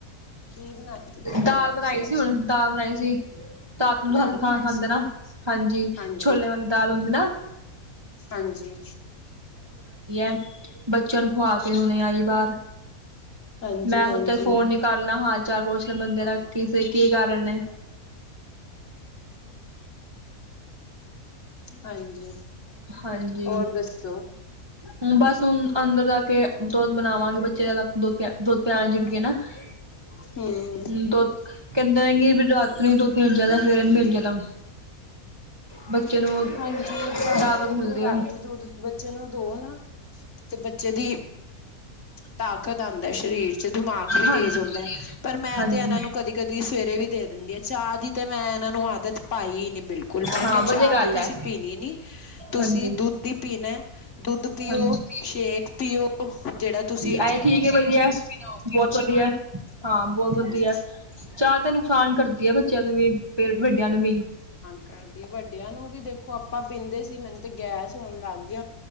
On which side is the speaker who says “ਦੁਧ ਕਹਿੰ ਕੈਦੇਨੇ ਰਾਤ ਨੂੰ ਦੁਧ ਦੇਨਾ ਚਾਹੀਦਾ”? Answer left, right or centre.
Right